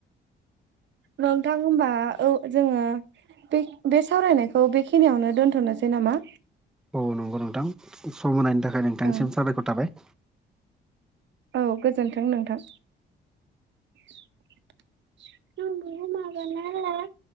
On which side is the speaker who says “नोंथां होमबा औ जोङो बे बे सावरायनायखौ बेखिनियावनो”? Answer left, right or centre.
Right